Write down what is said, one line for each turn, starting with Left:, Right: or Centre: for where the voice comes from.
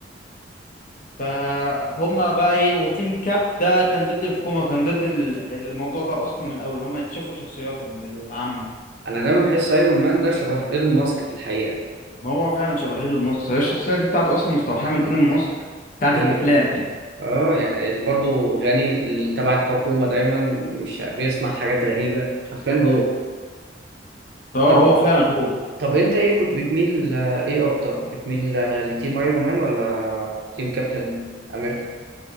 Left: فهم بقى ايه وتيم كاب ده كان ضد الحكومة كان ضد ال- الموضوع ده اصلا من الاول ان هم يكشفوا شخصياتهم للعامة
Right: انا دايما بحس ايرون مان ده شبه ايلون ماسك في الحقيقه
Left: ما هو فعلا شبه ايلون ماسك هي الشخصية دي بتاعته اصلا مستوحاة من ايلون ماسك بتاعت
Right: ايوه
Left: الافلام يعني
Right: اه يعني برضه غني ال- تبع الحكومه دايما مش بيصنع حاجات غريبه حرفيا هو
Left: اه
Right: طب
Left: هو فعلا هو
Right: طب انت ايه كنت بتميل آه، ايه اكتر بتميل آه، لتيم ايرون مان ولا تيم كابتن امريكا